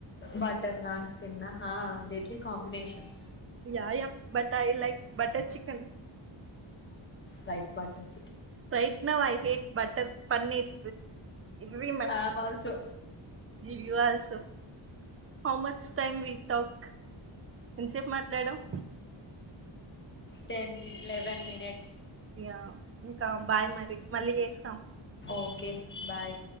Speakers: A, on the left; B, on the right.
A: బటర్ నాన్స్ తిన్నా హా idli combination
B: yeah but like butter chicken
A: right button
B: బైట్నవ్ ఐ హేట్ బటర్ పన్నీర్ వె much
A: I am also
B: will స హాౌ మచ్ టై వ టోక్ ఎంతసేపు మాట్లాడవు
A: టెన్ ఇలేవెన్ మీనిట్
B: ఇ్యా ఇంకా బాయ్ మరి మళ్ళీ చేస్తా.
A: Okay bye